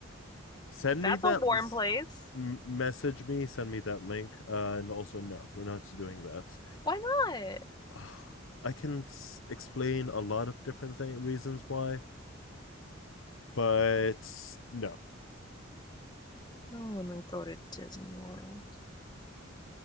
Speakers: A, on the left (about 80°); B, on the left (about 20°).
A: Send
B: That's
A: me that.
B: a warm
A: s-
B: place.
A: m- message me. Send me that link. Uh, and also, no, we're not doing that.
B: Why not?
A: Oh, I can s- explain a lot of different th- reasons why, but no.
B: No one to go to Disney World.